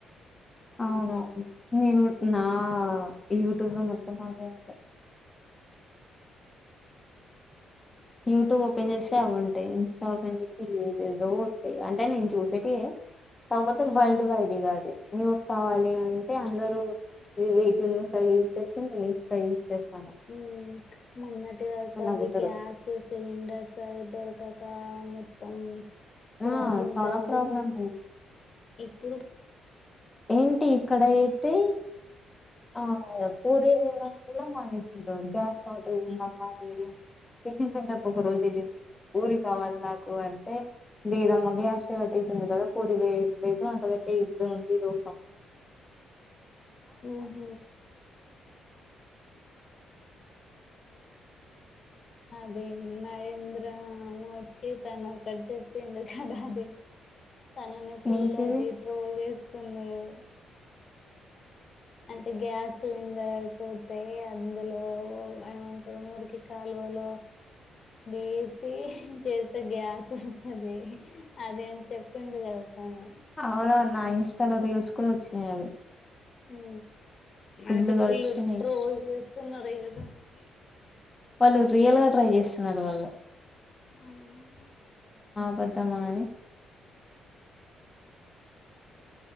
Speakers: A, on the left; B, on the left.
A: అవునును నేను నా యూట్యూబ్ లో మొత్తం బాగా ఉంటా యూట్యూబ్ ఓపెన్ చేస్తే అవి ఉంటాయి ఇంస్టా ఓపెన్ చేసి ఏదేదో వస్తాయి అంటే నేను చూసేటి కాకపోతే
B: ఉమ్
A: వరల్డ్ వైడ్గా అది న్యూస్ కావాలి అంటే అందరుూ వెయి టు న్యూస్ అవి యూస్్ చేస్తే నేను ఇన్స్టా యూస్్ చేస్తా
B: ఉ మోన్నటి వరకు అవి
A: నవ్వుతారు
B: గ్యాస్ సిలిండర్డ్స్ అవి దొరకక మొత్తం
A: ఆ
B: ప్రాబ్లమ్
A: చాలా
B: ప్రాబ్లమ్
A: ప్రోగ్రామ్
B: ఇప్పుడు
A: ఏంటి ఇక్కడ అయితే ఆ పూరి వేయడానికి కూడా మానేసిారు గ్యాస్ షార్టేజ్ ఉందమ్మాలి టిఫన్ సెంటర్ ఒక రోజు ఊరి కావాలి నాకు అంటే లేదమ్మా గ్యాస్ షార్టేజ్ ఉంది కదా పూరి వేయట్లేదు అంతకైతే ఇట్ ఉందిో
B: ఆహ అద నరేంద్ర మోడీ తను ఒకక్కటి చెప్పింది కదా అది తననే ఫుల్
A: ఏంటిది
B: అది టడ్రోల్ చేసి జన్నరు అంటే గ్యాస్ సిలిండర్ అయిపోతేా అందులో ఏమంటారు మురికి కా వాళ ేస్ చేస్తే గ్యాస్ వస్తుంది అది అని చెప్పిండు కలుగుతాను
A: అవునవునా ఇన్స్టాలో రీల్స్ కూడా వచ్చినాయి అవి
B: ఉ
A: ఫుల్లుగా
B: అద ఫుల్
A: వచ్చినాయి
B: రోజ న్నదుానికి
A: వాళ్ళు రియల్ గా ట్రై చేస్తున్నారు వాళ్ళు
B: ఆ
A: బద్దామానే